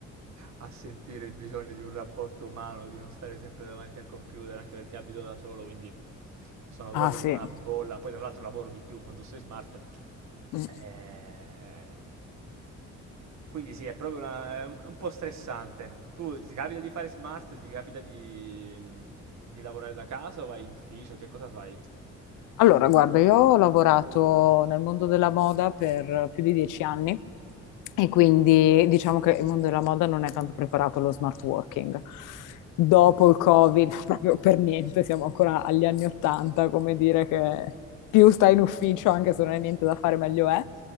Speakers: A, on the right; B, on the left.
A: a sentire il bisogno di un rapporto umano, di non stare sempre davanti al computer, anche perché abito da solo, quindi sono
B: Ah
A: proprio
B: sì.
A: in una bolla. Poi, tra l'altro, lavoro di più quando sei smart.
B: Mh.
A: Eh, Quindi sì, è proprio una- è un è un po' stressante. Tu ti capita di fare smart, ti capita di, di lavorare da casa o vai in ufficio? Che cosa fai?
B: Allora guarda, io ho lavorato nel mondo della moda per più di 10 anni. E quindi diciamo che il mondo della moda non è tanto preparato allo smart working. Dopo il Covid, <laughs> proprio per niente, siamo ancora agli anni Ottanta, come dire che più stai in ufficio, anche se non hai niente da fare, meglio è.